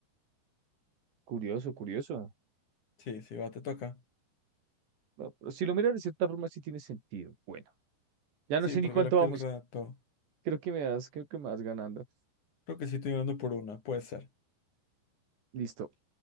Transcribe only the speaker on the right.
Curioso, curioso.
Bueno, pero si lo miras de cierta forma, sí tiene sentido. Bueno, ya
no sé
ni cuánto
vamos.
Creo que me das, creo que me vas ganando.
Listo.